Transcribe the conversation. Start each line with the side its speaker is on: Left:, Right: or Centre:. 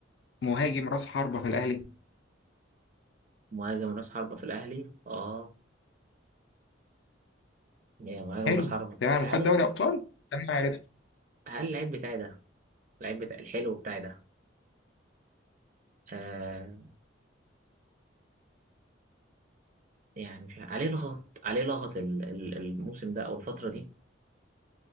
Left: مهاجم راس حربة في الاهلي
Right: مهاجم راس حربة في الأهلي آه يا مهاجم
Left: حلو
Right: راس حربة
Left: تمام
Right: هل
Left: وخد دوري ابطال انا عرفت
Right: هل اللاعب بتاعي ده اللاعب بتاع الحلو بتاعي ده آه يعني مش عارف- عليه لغط عليه لغط ال- ال- الموسم ده أو الفترة دي